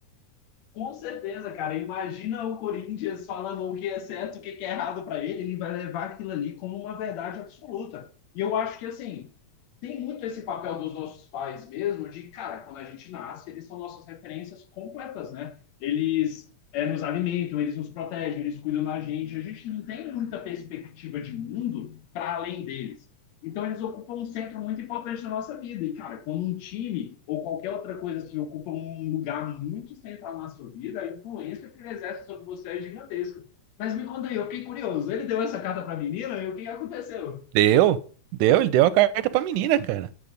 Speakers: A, on the left; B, on the right.
A: Com certeza, cara. Imagina o Corinthians falando o que é certo, o que é errado para ele, ele vai levar aquilo ali como uma verdade absoluta. E eu acho que assim, tem muito esse papel dos nossos pais mesmo, de cara, quando a gente nasce, eles são nossas referências completas, né? Eles é, nos alimentam, eles nos protegem, eles cuidam da gente. A gente não tem muita perspectiva de mundo para além deles. Então eles ocupam um centro muito importante na nossa vida. E, cara, quando um time ou qualquer outra coisa se ocupa um lugar muito central na sua vida, a influência que ele exerce sobre você é gigantesca. Mas me conta aí, eu fiquei curioso. Ele deu essa carta para a menina e o que aconteceu?
B: Deu, deu, ele deu a carta pra menina, cara.